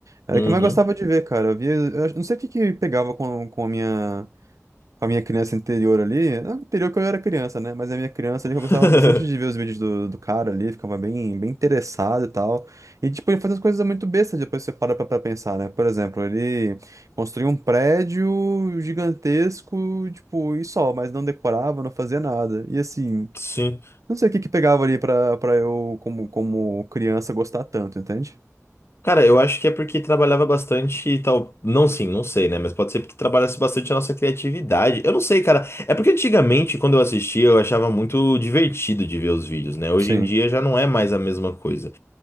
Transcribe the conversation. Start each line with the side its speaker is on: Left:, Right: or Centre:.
Right: Era
Left: Uhum.
Right: o que eu mais gostava de ver, cara. Eu via, eu não sei o que que pegava com, com a minha com a minha criança interior ali, não interior que eu era criança, né? Mas a minha criança
Left: <laughs>
Right: ali, que eu gostava bastante de ver os vídeos do, do cara ali, ficava bem, bem interessado e tal. E, tipo, ele fazia umas coisas muito bestas, depois você para pra, pra pensar, né? Por exemplo, ele construía um prédio gigantesco, tipo, e só, mas não decorava, não fazia nada. E, assim,
Left: Sim.
Right: não sei o que que pegava ali pra, pra eu, como, como criança, gostar tanto, entende?
Left: Cara, eu acho que é porque trabalhava bastante e tal. Não, sim, não sei, né? Mas pode ser porque trabalhasse bastante a nossa criatividade. Eu não sei, cara. É porque antigamente, quando eu assistia, eu achava muito divertido de ver os vídeos, né? Hoje
Right: Sim.
Left: em dia já não é mais a mesma coisa.